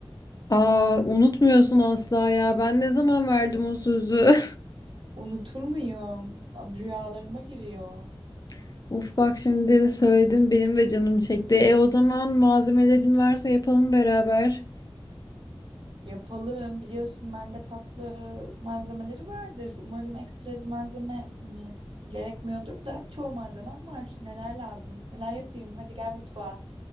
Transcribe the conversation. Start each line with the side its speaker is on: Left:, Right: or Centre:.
Left: Aa, unutmuyorsun asla ya. Ben ne zaman verdim o sözü?
Right: Unutur muyum? Abi, Rüyalarıma giriyor.
Left: <laughs> Uf bak şimdi söyledim benim de canım çekti. E o zaman malzemelerin varsa yapalım beraber.
Right: Yapalım. Biliyorsun bende tatlı malzemeleri vardır. Umarım ekstra bir malzeme hani, gerekmiyordur da çoğu malzemem var. Neler lazım? Neler yapayım? Hadi gel mutfağa.